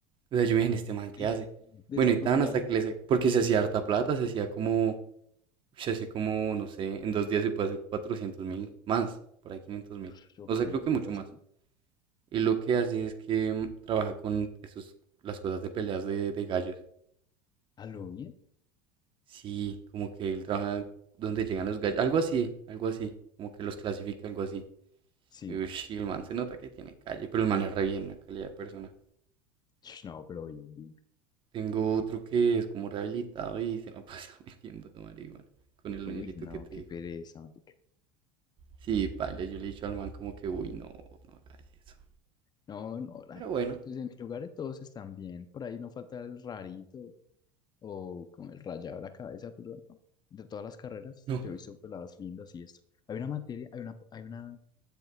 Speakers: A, on the right (about 40°); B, on the left (about 35°).
A: O sea, yo me dije, ¿este man qué
B: <laughs>
A: hace?
B: Desapropiar.
A: Bueno, y tan hasta que le, sa- porque se hacía harta plata, se hacía como, se hacía como, no sé, en dos días se puede hacer cuatrocientos mil más, por ahí quinientos mil.
B: Ush, ok,
A: O sea, creo que
B: ¿qué
A: mucho
B: está haciendo?
A: más. Y lo que hace es que mm, trabaja con esos, las cosas de peleas de, de gallos.
B: ¿A lo bien?
A: Sí, como que él trabaja donde llegan los gallos. Algo así, algo así. Como que los clasifica, algo así.
B: Sí.
A: Ush, y el man se nota que tiene calle, pero el man es re bien, una calidad de persona.
B: Ush, no, pero bien, bien.
A: Tengo otro que es como rehabilitado y se lo pasa <laughs> metiendo de marihuana con el
B: Uy,
A: dinerito
B: no,
A: que te
B: qué
A: digo.
B: pereza, marica.
A: Sí, paila, yo le he dicho al man como que, uy, no, no haga eso.
B: No, no, la-
A: Pero bueno,
B: pues en mi lugar todos están bien. Por ahí no falta el rarito o con el rayado de la cabeza, pero no. De todas las carreras,
A: no.
B: yo he visto peladas lindas y esto. Hay una materia, hay una, hay una